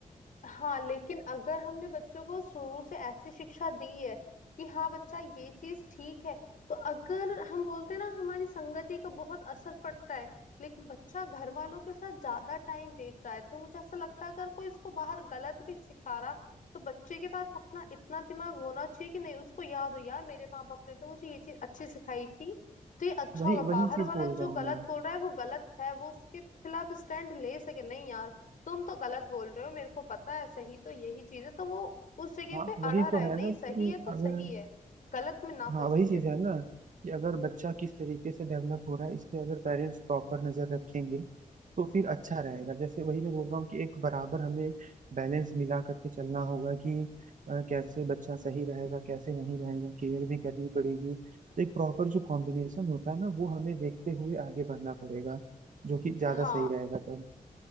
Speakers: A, on the left; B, on the right.
A: हाँ लेकिन अगर हमने बच्चों को शुरू से ऐसी शिक्षा दी है कि हाँ बच्चा ये चीज ठीक है तो अगर हम बोलते हैं ना हमारी संगति का बहुत असर पड़ता है लेकिन बच्चा घर वालों के साथ ज्यादा टाइम देता है तो मुझे ऐसा लगता है अगर कोई इसको बाहर गलत भी सिखा रहा तो बच्चे के पास अपना इतना दिमाग होना चाहिए कि नहीं उसको याद हो यार मेरे माँ बाप ने तो मुझे ये चीज अच्छी सिखाई थी तो ये अच्छा
B: वही
A: होगा बाहर
B: वही चीज़
A: वाला
B: बोल
A: जो
B: रहा हूँ
A: गलत
B: मैं
A: बोल रहा है वो गलत है वो उसके खिलाफ स्टैंड ले सके नहीं यार तुम तो गलत बोल रहे हो मेरे को पता है सही तो यही चीज है तो वो उस जगह
B: हाँ
A: पे
B: वही
A: अड़ा रहा
B: तो
A: है
B: है
A: नहीं
B: ना कि
A: सही है तो
B: अगर
A: सही है गलत में ना
B: हाँ
A: फंसे
B: वही चीज
A: फिर
B: है ना कि अगर बच्चा किस तरीके से डेवलप हो रहा है इस पे अगर पेरेंट्स प्रॉपर नजर रखेंगे तो फिर अच्छा रहेगा जैसे वही मैं बोल रहा हूँ कि एक बराबर हमें बैलेंस मिला करके चलना होगा कि अ, कैसे बच्चा सही रहेगा कैसे नहीं रहेगा केयर भी करनी पड़ेगी तो एक प्रॉपर जो कॉम्बिनेशन होता है ना वो हमें देखते हुए आगे बढ़ना पड़ेगा जो कि ज्यादा
A: हाँ
B: सही रहेगा तब